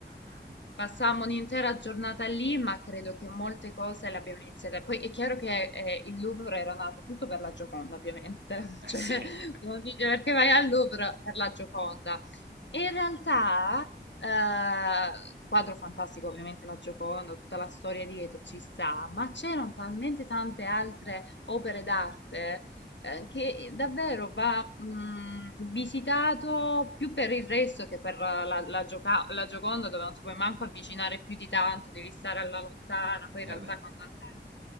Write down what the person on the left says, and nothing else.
Passammo un'intera giornata lì, ma credo che molte cose le abbiamo iniziate. Poi è chiaro che eh, il Louvre era nato tutto per la Gioconda, ovviamente.
<laughs> Cioè,
uno dice perché vai al Louvre per la Gioconda. E in realtà, eh, quadro fantastico, ovviamente la Gioconda, tutta la storia dietro ci sta, ma c'erano talmente tante altre opere d'arte eh, che davvero va mh, visitato più per il resto che per la, la Gioca- la Gioconda, dove non ti puoi manco avvicinare più di tanto, devi stare alla lontana. Poi in
realtà quando andai